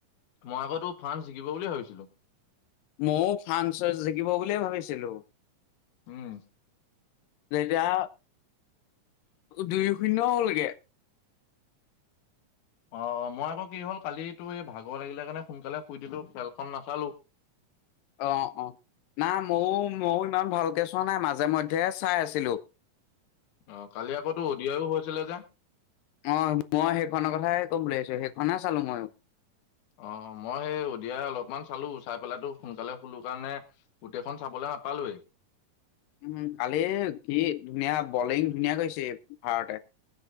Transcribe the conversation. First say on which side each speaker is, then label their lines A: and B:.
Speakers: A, on the left; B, on the left.
A: মই আকৌ তোৰ ফ্ৰান্স জিকিব বুলি ভাবিছিলোঁ।
B: ময়ও ফ্ৰান্সত জিকিব বুলিয়ে ভাবিছিলোঁ।
A: উম।
B: যেতিয়া দুই, শূন্য হ'লগে।
A: অ' মই আকৌ কি হ'ল কালিতো এই ভাগৰ লাগিলে কাৰণে সোনকালে শুই দিলোঁ, খেলখন নাচালোঁ।
B: অ', অ'। নাই ময়ো ময়ো ইমান ভালকে চোৱা নাই, মাজে মধ্যে হে চাই আছিলোঁ।
A: অ' কালি আকৌতো অদিয়াও হৈছিলে যে।
B: অ', মই সেইখনৰ কথাই ক'ম বুলি আহিছো, সেইখননেহে চালো মই।
A: অ' মই সেই অদিয়াই অলপমান চালোঁ, চাই পেলাইটো সোনকালে শুলোঁ কাৰণে গোটেইখন চাবলৈ নাপালোয়েই।
B: উ, কালি কি ধুনীয়া বলিং ধুনীয়া কৰিছে ভাৰতে।